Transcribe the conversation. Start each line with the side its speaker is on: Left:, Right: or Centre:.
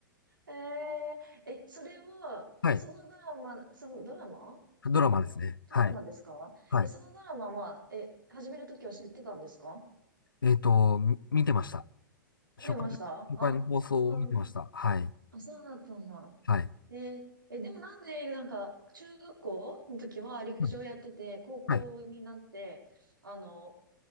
Right: えええ、それは、
Left: はい。
Right: そのドラマ、そのドラマ漫画ドラマですかえ、
Left: ドラマですね。はい。はい。
Right: そのドラマは、え、始めるときは知ってたんですか
Left: えっと、み見てました。初回、
Right: 見てましたあ、
Left: 初回の放送を見てました。
Right: そう、
Left: はい。
Right: あ、そうだったんだ。
Left: はい。
Right: ええ、でもなんで、なんか、中学校の時は陸上やってて、
Left: はい。
Right: 高校になって、
Left: はい
Right: あの、